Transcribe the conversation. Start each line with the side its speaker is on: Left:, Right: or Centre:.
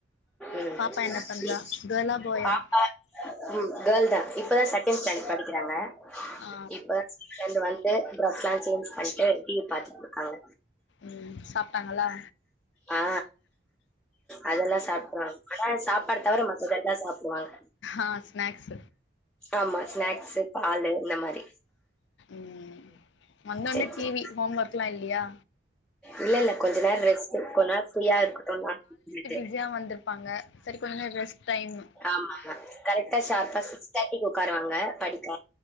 Centre: ம்
Left: பாப்பா என்ன பண்றா
Centre: நீ
Left: கேர்ளா பாயா
Centre: பாப்பா ம் கேர்ள் தா இப்பதா செகண்ட் ஸ்டாண்டர்ட் படிக்கிறாங்க
Left: ஆ
Centre: இப்பதா லந்து வந்து ட்ரெஸ் எல்லா சேஞ்ச் பண்ணிட்டு டி வி பாத்துட்டு இருக்காங்க
Left: ம் சாப்டாங்ளா
Centre: ஆ அதெல்லா சாப்ட்ருவாங்க ஆனா சாப்பாடு தவிர மத்ததெல்லா சாப்டுவாங்க
Left: அ ஸ்னாக்ஸ்
Centre: ஆமா ஸ்நாக்ஸு பாலு இந்த மாரி
Left: ம் வந்தோட்ன
Centre: சேரி சேரி
Left: டி வி ஹோம் ஒர்க்லா இல்லையா
Centre: இல்ல இல்ல கொஞ்ச நேரோ ரெஸ்ட் கொஞ்ச நேரோ ஃப்ரீயா இருக்கட்டும்னு <inaudible> விட்டே
Left: சியா வந்திருப்பாங்க சரி கொஞ்ச நேரோ ரெஸ்ட் டைமு
Centre: ஆமாங்க கரெக்டா ஷார்ப்பா சிக்ஸ் தேட்டிக்கு உட்காருவாங்க படிக்க